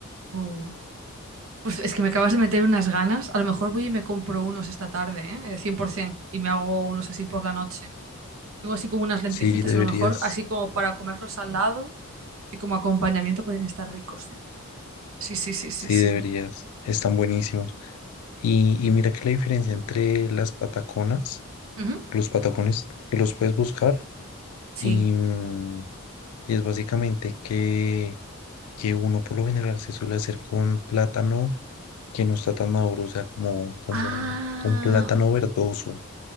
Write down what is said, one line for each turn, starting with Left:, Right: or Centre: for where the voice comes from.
Right: Uh, Pues es que me acabas de meter unas ganas. A lo mejor voy y me compro unos esta tarde, ¿eh? Eh, 100%, y me hago unos así por la noche. Tengo así como unas lentejitas,
Left: Sí, deberías,
Right: a lo mejor, así como para comerlos al lado, así como acompañamiento pueden estar ricos, ¿eh? Sí, sí, sí, sí,
Left: sí,
Right: sí.
Left: deberías, están buenísimos. Y, y mira que la diferencia entre las pataconas,
Right: Ujú.
Left: los patacones, que los puedes buscar
Right: Sí.
Left: y, mm, y es básicamente que que uno por lo general se suele hacer con plátano que no está tan maduro, o sea, como, como
Right: Ah,
Left: con plátano verdoso,